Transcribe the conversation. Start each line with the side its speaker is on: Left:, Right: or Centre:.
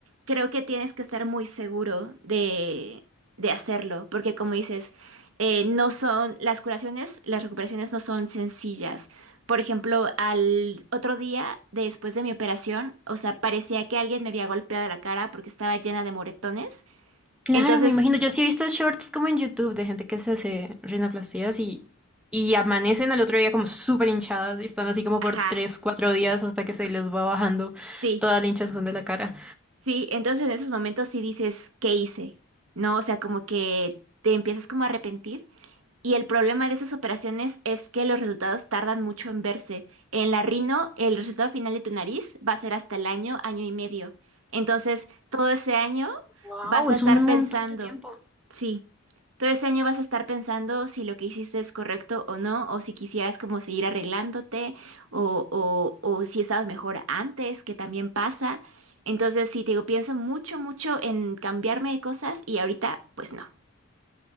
Right: creo que tienes que estar muy seguro de, de hacerlo, porque como dices, eh, no son las curaciones, las recuperaciones no son sencillas. Por ejemplo, al otro día después de mi operación, o sea, parecía que alguien me había golpeado la cara porque estaba llena de moretones.
Centre: claro,
Right: Entonces,
Centre: me imagino. Yo sí he visto shorts como en YouTube de gente que se hace rinoplastías y, y amanecen al otro día como súper hinchadas y están así como
Right: ajá.
Centre: por 3 4 días hasta que se les va bajando
Right: Sí,
Centre: toda la hinchazón de la cara.
Right: Sí, entonces en esos momentos sí dices, ¿qué hice? ¿No? O sea, como que te empiezas como a arrepentir. Y el problema de esas operaciones es que los resultados tardan mucho en verse. En la rino, el resultado final de tu nariz va a ser hasta el año, año y medio. Entonces, todo ese año
Centre: wow,
Right: vas a
Centre: es
Right: estar
Centre: un montón
Right: pensando,
Centre: de tiempo.
Right: sí, todo ese año vas a estar pensando si lo que hiciste es correcto o no, o si quisieras como seguir arreglándote, o, o, o si estabas mejor antes, que también pasa. Entonces, sí, te digo, pienso mucho, mucho en cambiarme de cosas y ahorita, pues no.